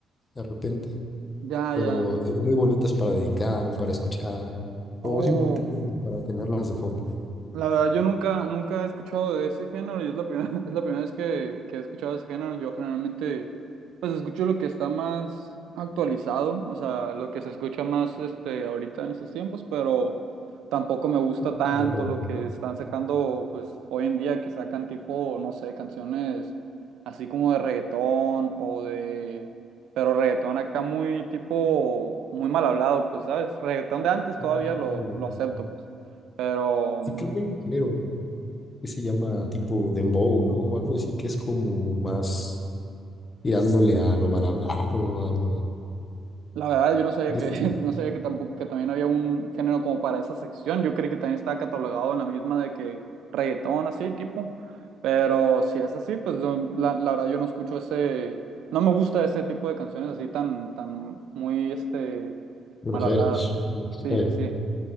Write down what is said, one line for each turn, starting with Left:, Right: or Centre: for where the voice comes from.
Left: de repente,
Right: ya,
Left: pero
Right: ya.
Left: eh, muy bonitas para dedicar o para escuchar, o
Right: Oh,
Left: simplemente para, para tenerlas de fondo.
Right: La verdad, yo nunca, nunca he escuchado de ese género y es la primera, <laughs> es la primera vez que, que he escuchado de ese género. Yo generalmente, pues, escucho lo que está más actualizado, o sea, lo que se escucha más, este, ahorita en estos tiempos, pero tampoco me gusta tanto
Left: Es una pregunta.
Right: lo que están sacando, pues, hoy en día, que sacan tipo, no sé, canciones así como de reggaetón o de, pero reggaetón acá muy tipo, muy mal hablado, pues, ¿sabes? Reggaetón de antes todavía
Left: Mm,
Right: lo,
Left: no, ya.
Right: lo acepto, pues. Pero
Left: Sí, creo que hay un género que se llama tipo dembow, ¿no? O algo así que es como más tirándole a lo mal hablado, a lo
Right: La verdad, yo no sabía
Left: de
Right: que,
Left: estas
Right: <laughs> no sabía que tampoco, que también había un género como para esa sección. Yo creí que también estaba catalogado en la misma de que reggaetón, así tipo. Pero si es así, pues yo- la, la verdad yo no escucho ese, no me gusta ese tipo de canciones así tan, tan muy, este,
Left: groseras.
Right: mal habladas. Sí,
Left: Eh,
Right: sí, sí.